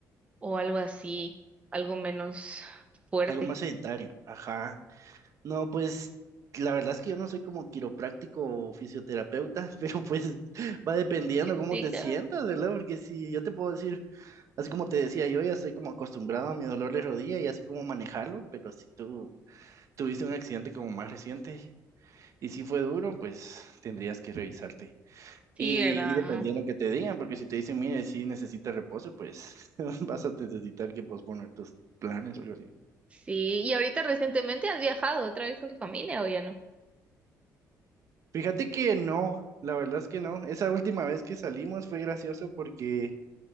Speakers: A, on the right (about 20°); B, on the right (about 50°).
A: o algo así, algo menos fuerte.
B: Algo más sedentario, ajá. No, pues la verdad es que yo no soy como quiropráctico o fisioterapeuta, <laughs> pero pues va dependiendo cómo
A: Sí,
B: te
A: cabal.
B: sientas, ¿verdad? Porque si yo te puedo decir, así como te decía, yo ya estoy como acostumbrado a mi dolor de rodilla y así como manejarlo, pero si tú tuviste un accidente como más reciente y si fue duro, pues tendrías que revisarte.
A: Sí,
B: Y,
A: ¿verdad?
B: y dependiendo que te digan, porque si te dicen, mire, si necesitas reposo, pues <laughs> vas a necesitar que posponer tus planes o algo así.
A: Sí, y ahorita recientemente has viajado otra vez con tu familia o ya no?
B: Fíjate que no, la verdad es que no. Esa última vez que salimos fue gracioso porque